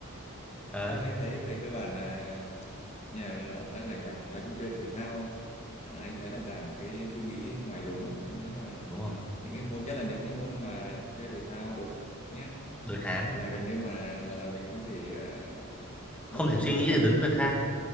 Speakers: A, in the centre; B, on the left (about 30°).
A: đấy
B: Không, anh thấy về cơ bản là nhà là đang lành lành nói chung chơi thể thao à, anh thấy là giảm cái suy nghĩ ngoài luồng lắm. có nghĩa là
A: đúng rồi
B: những cái môn nhất là những cái môn mà chơi thể thao đối nhé
A: đối kháng
B: là gần như mà là là mình không thể à, mất
A: không
B: tập
A: thể
B: trung
A: suy
B: được
A: nghĩ để đứng việc khác